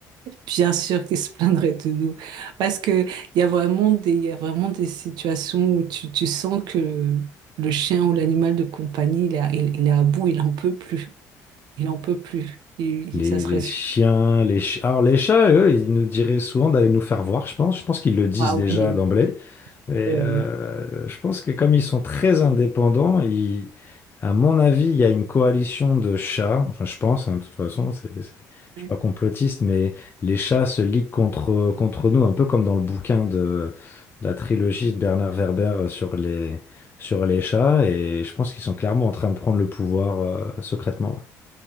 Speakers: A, on the right (about 70°); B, on the left (about 30°).
A: bien sûr qu'ils se plaindraient de nous. Parce que il y a vraiment des, il y a vraiment des situations où tu, tu sens que le chien ou l'animal de compagnie, il est à, il, il est à bout, il en peut plus. Il en peut plus. Il-
B: Les,
A: il- ça serait...
B: les chiens, les chats. Alors, les chats, eux, ils nous diraient souvent d'aller nous faire voir, je pense. Je pense qu'ils le disent
A: Ah
B: déjà
A: oui.
B: d'emblée. Et
A: Oui,
B: euh,
A: non.
B: je pense que comme ils sont très indépendants, ils- à mon avis, il y a une coalition de chats. Enfin, je pense, hein, de toute façon, c'est, c'est- je
A: Ouais.
B: suis pas complotiste, mais les chats se liguent contre, contre nous, un peu comme dans le bouquin de, de la trilogie de Bernard Werber sur les, sur les chats. Et je pense qu'ils sont clairement en train de prendre le pouvoir euh, secrètement.